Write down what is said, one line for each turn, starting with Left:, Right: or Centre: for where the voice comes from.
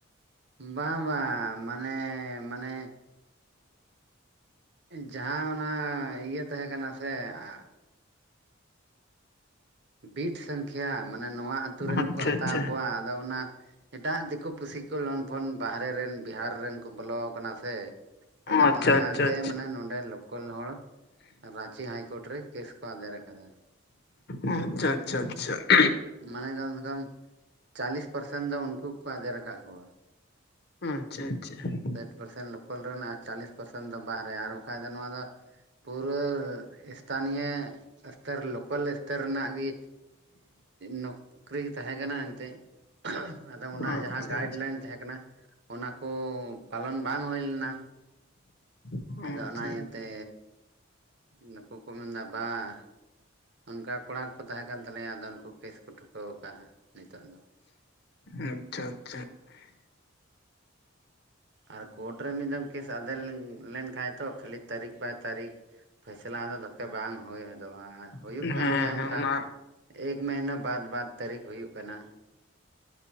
Right: ᱵᱟᱝ ᱵᱟᱝ ᱢᱟᱱᱮ ᱢᱟᱱᱮ ᱡᱟᱦᱟᱸ ᱚᱱᱟ ᱤᱭᱟᱹ ᱛᱟᱦᱮᱸ ᱠᱟᱱᱟ ᱥᱮ ᱟᱻ ᱵᱤᱴ ᱥᱚᱝᱠᱷᱟ ᱢᱟᱱᱮ ᱱᱚᱣᱟ ᱟᱛᱩ ᱨᱮᱱ
Left: ᱟᱪᱪᱷᱟ
Right: ᱠᱚ ᱦᱟᱛᱟᱣ
Left: ᱟᱪᱪᱷᱟ
Right: ᱠᱚᱣᱟ, ᱟᱫᱚ ᱚᱱᱟ ᱮᱴᱟᱜ ᱫᱤᱠᱩ ᱯᱩᱥᱤ ᱾ ᱥᱩᱞᱚᱢᱯᱷᱚᱱ ᱵᱟᱨᱦᱮ ᱨᱮᱱ ᱵᱤᱦᱟᱨ ᱨᱮᱱ ᱠᱚ ᱵᱚᱞᱚ ᱠᱟᱱᱟ ᱥᱮ ᱾ ᱟᱫᱚ
Left: ᱟᱪᱪᱷᱟ
Right: ᱚᱱᱮ ᱚᱱᱟᱛᱮ
Left: ᱟᱪᱪᱷᱟ
Right: ᱢᱟᱱᱮ ᱱᱚᱸᱰᱮ ᱞᱳᱠᱳᱞ ᱦᱚᱲ ᱨᱟᱸᱪᱤ ᱦᱟᱭᱠᱳᱨᱴ ᱨᱮ ᱠᱮᱥ ᱠᱚ ᱟᱫᱮᱨ ᱟᱠᱟᱫᱟ ᱾
Left: ᱚᱻ ᱟᱪᱪᱷᱟ ᱟᱪᱪᱷᱟ ᱟᱪᱪᱷᱟ ᱾
Right: ᱢᱟᱱᱮ ᱠᱟᱢ ᱮᱠᱫᱚᱢ ᱪᱟᱞᱞᱤᱥ ᱯᱟᱨᱥᱮᱱ ᱫᱚ ᱩᱱᱠᱩ ᱜᱮᱠᱚ ᱟᱫᱮᱨ ᱟᱠᱟᱫ ᱠᱚᱣᱟ ᱾
Left: ᱟᱪᱪᱷᱟ ᱟᱪᱪᱷᱟ ᱾
Right: ᱥᱟᱴ ᱯᱟᱨᱥᱮᱱᱴ ᱞᱳᱠᱟᱞ ᱨᱮᱱ ᱟᱨ ᱪᱚᱞᱞᱤᱥ ᱯᱟᱨᱥᱮᱱ ᱫᱚ ᱵᱟᱦᱮᱨᱮ ᱟᱨ ᱵᱟᱠᱷᱟᱡ ᱫᱚ ᱱᱚᱣᱟ ᱫᱚ ᱯᱩᱨᱟᱹ ᱮᱥᱛᱷᱟᱱᱤᱭᱟᱹ ᱚᱥᱛᱚᱨ ᱞᱳᱠᱟᱞ ᱚᱥᱛᱚᱨ ᱨᱮᱱᱟᱜ ᱜᱮ ᱱᱚᱠᱨᱤ ᱛᱟᱦᱮᱸ ᱠᱟᱱᱟ ᱮᱱᱛᱮᱫ ᱟᱫᱚ ᱚᱱᱟ
Left: ᱟᱪᱪᱷᱟ ᱟᱪᱪᱷᱟ ᱟᱪᱪᱷᱟ
Right: ᱡᱟᱦᱟᱸ ᱜᱟᱭᱤᱰᱞᱟᱭᱤᱱ ᱛᱟᱦᱮᱸ ᱠᱟᱱᱟ ᱚᱱᱟᱠᱳ ᱯᱟᱞᱚᱱ ᱵᱟᱝ ᱦᱩᱭ ᱞᱮᱱᱟ ᱾
Left: ᱟᱪᱪᱷᱟ
Right: ᱟᱫᱚ ᱚᱱᱟ ᱤᱭᱟᱹᱛᱮ ᱱᱩᱠᱩ ᱠᱚ ᱢᱮᱱᱫᱟ ᱵᱟᱝ ᱾ ᱚᱱᱠᱟ ᱠᱚᱲᱟ ᱠᱚᱠᱚ ᱛᱟᱦᱮᱸ ᱠᱟᱱ ᱛᱟᱞᱮᱭᱟ ᱟᱫᱚ ᱩᱱᱠᱩ ᱠᱮᱥ ᱠᱚ ᱴᱷᱩᱠᱟᱹᱣ ᱠᱟᱫᱼᱟ ᱱᱤᱛᱚᱜ ᱫᱚ ᱾
Left: ᱟᱪᱪᱷᱟ ᱟᱪᱪᱷᱟ
Right: ᱟᱨ ᱠᱳᱨᱴ ᱨᱮ ᱢᱤᱫ ᱫᱚᱢ ᱠᱮᱥ ᱟᱫᱮᱨ ᱞᱮᱱᱠᱷᱟᱱ ᱛᱚ ᱠᱷᱟᱹᱞᱤ ᱛᱟᱹᱨᱤᱠᱷ ᱵᱟᱭ ᱛᱟᱹᱨᱤᱠᱷ ᱯᱷᱮᱥᱞᱟ ᱫᱚ ᱫᱚᱠᱷᱮ ᱵᱟᱝ ᱦᱩᱭ ᱦᱚᱫᱚᱜᱼᱟ ᱟᱨ ᱦᱩᱭᱩᱜ
Left: ᱦᱮᱸ ᱦᱮᱸ
Right: ᱠᱟᱱ ᱜᱮᱭᱟ ᱚᱱᱠᱟ
Left: ᱚᱱᱟ
Right: ᱾ ᱮᱠ ᱢᱟᱹᱦᱤᱱᱟᱹ ᱵᱟᱫᱽ ᱵᱟᱫᱽ ᱛᱟᱹᱨᱤᱠᱷ ᱦᱩᱭᱩᱜ ᱠᱟᱱᱟ ᱾